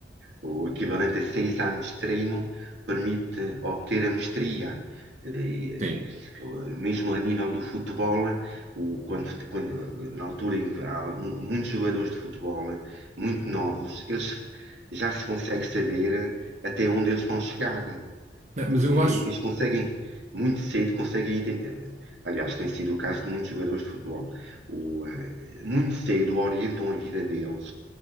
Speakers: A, on the right; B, on the right.
A: o equivalente a 6 anos de treino, permite obter a mestria. Eh,
B: sim.
A: Mesmo a nível do futebol, o, quando, quando- na altura em que há muitos jogadores de futebol muito novos, eles já se consegue saber até onde eles vão chegar,
B: É, Mas
A: porque
B: eu
A: eles
B: acho.
A: conseguem muito cedo, conseguem ident- aliás, tem sido o caso de muitos jogadores de futebol, O, eh, muito cedo orientam a vida deles,